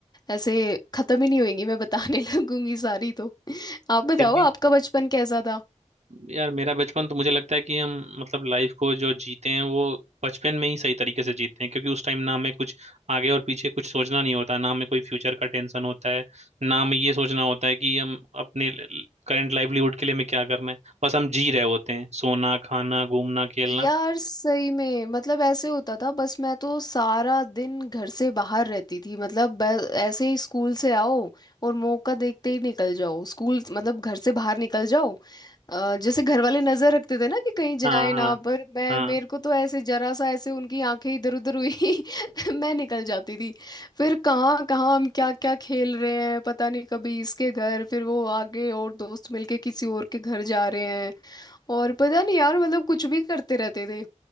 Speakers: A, on the left; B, on the right.
A: ऐसे खत्म ही नहीं होएंगी मैं बताने <laughs> लगूंगी सारी तो आप बताओ
B: फिर भी
A: आपका बचपन कैसा था
B: यार मेरा बचपन तो मुझे लगता है कि हम मतलब लाइफ को जो जीते हैं वो बचपन में ही सही तरीके से जीते हैं क्योंकि उस टाइम ना हमें कुछ आगे और पीछे कुछ सोचना नहीं होता ना हमें कोई फ्यूचर का टेंशन होता है ना हमें ये सोचना होता है कि हम अपने करंट लाइवलीहुड के लिए हमें क्या करना है बस हम जी रहे होते हैं सोना खाना घूमना खेलना
A: यार सही में मतलब ऐसे होता था बस मैं तो सारा दिन घर से बाहर रहती थी मतलब बै- ऐसे ही स्कूल से आओ और मौका देखते ही निकल जाओ स्कूल मतलब घर से बाहर निकल जाओ अ, जैसे घर वाले नजर रखते थे ना कि कहीं जाए
B: हाँ हाँ
A: ना पर मैं
B: हाँ
A: मेरे को तो ऐसे जरा सा ऐसे उनकी आंखें इधर उधर हुई <laughs> मैं निकल जाती थी फिर कहाँ कहाँ हम क्या क्या खेल रहे हैं पता नहीं कभी इसके घर फिर वो आगे और दोस्त मिलके किसी और के घर जा रहे हैं और पता नहीं यार मतलब कुछ भी करते रहते थे